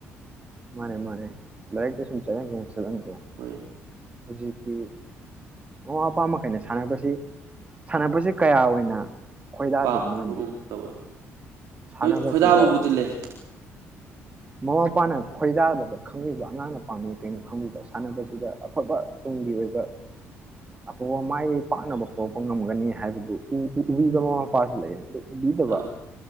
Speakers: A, on the right; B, on the right.
A: ꯃꯥꯅꯦ ꯃꯥꯅꯦ ꯂꯥꯏꯛ ꯇ ꯁ ꯆ ꯀ ꯆꯂꯅꯤꯡꯕ
B: ꯍꯣꯏ
A: ꯍꯧꯖꯤꯛꯇꯤ ꯃꯃꯥ ꯃꯄꯥ ꯃꯈꯩꯅ ꯁꯥꯟꯅꯕꯁꯤ ꯁꯥꯟꯅꯕꯁꯤ ꯀꯌꯥ ꯑꯣꯏꯅ ꯈꯣꯏꯗꯥꯗꯦ
B: ꯄꯥꯝꯗꯕꯒꯨꯝ
A: ꯃꯔꯝꯗꯤ
B: ꯇꯧꯋꯦ
A: ꯁꯥꯟꯅꯕꯁꯤꯗ
B: ꯍꯣꯏ ꯈꯣꯏꯗꯥꯕꯕꯨꯗꯤ ꯂꯩ
A: ꯃꯃꯥ ꯃꯄꯥꯅ ꯈꯣꯏꯗꯥꯕ ꯈꯪꯕꯤꯕ ꯑꯉꯥꯡꯅ ꯄꯥꯝꯕꯤꯕ ꯀꯩꯅꯣ ꯈꯪꯕꯤꯕ ꯁꯥꯟꯅꯕꯁꯤꯗ ꯑꯐꯕ ꯇꯨꯡꯒꯤ ꯑꯣꯏꯕ ꯑꯐꯕ ꯃꯥꯏ ꯄꯥꯛꯅꯕ ꯄꯣꯛꯄ ꯉꯝꯒꯅꯤ ꯍꯥꯏꯕꯗꯨ ꯎꯕꯤꯕ ꯃꯃꯥ ꯃꯄꯥꯁꯨ ꯂꯩꯌꯦ ꯑꯗꯨ ꯎꯕꯤꯗꯕ
B: ꯑꯧ